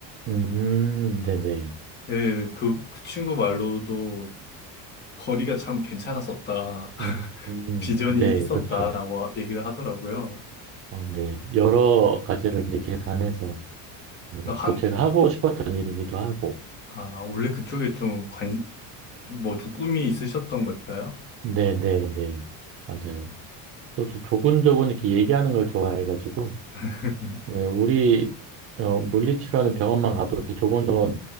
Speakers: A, on the right; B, on the left.
A: 음, 네네.
B: 예, 그, 그 친구 말로도 거리가 참 괜찮았었다.
A: 음, 음,
B: 비전이
A: 네,
B: 있었다라고
A: 그렇죠.
B: 얘기를 하더라고요.
A: 어, 네. 여러 가지를 이제 계산해서, 네.
B: 그래서 한,
A: 또 제가 하고 싶었던 일이기도 하고.
B: 아, 원래 그쪽에 좀 관, 뭐 좀 꿈이 있으셨던 걸까요?
A: 네네네. 맞아요. 또 조- 조곤조곤 이렇게 얘기하는 걸 좋아해가지고,
B: <laughs>
A: 왜 우리 어, 물리치료하는 병원만 가도 이렇게 조곤조곤